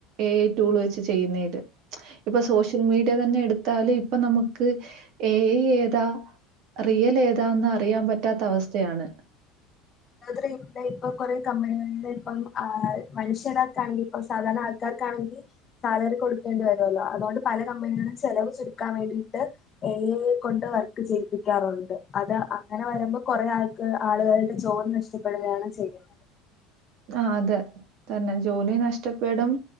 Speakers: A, on the right; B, on the left.
A: ഐ ടൂള് വെച്ച് ചെയ്യുന്നതില് ഇപ്പൊ സോഷ്യൽ മീഡിയ തന്നെ എടുത്താല് ഇപ്പൊ നമുക്ക് ഏ ഐ ഏതാ റിയൽ ഏതാന്ന് അറിയാൻ പറ്റാത്ത അവസ്ഥയാണ്
B: <unintelligible> ഇപ്പ കുറെ കമ്പനികളിൽ ഇപ്പം മനുഷ്യരാർക്കാണെങ്കി ഇപ്പ സാധാരണ ആൾക്കാർക്കാണെങ്കി സാലറി കൊടുക്കേണ്ടി വരുല്ലോ അതുകൊണ്ട് പല കമ്പനികളും ചെലവ് ചുരുക്കാൻ വേണ്ടിയിട്ട് എ ഐകൊണ്ട് വർക്ക് ചെയ്യിപ്പിക്കാറുണ്ട് അത് അങ്ങനെ വരുമ്പോ കൊറെ ആൾക്ക ആളുകളുടെ ജോലി നഷ്ടപ്പെടുകയാണ് ചെയ്യുന്നത്
A: ആ അതെ തന്നെ ജോലി നഷ്ടപ്പെടും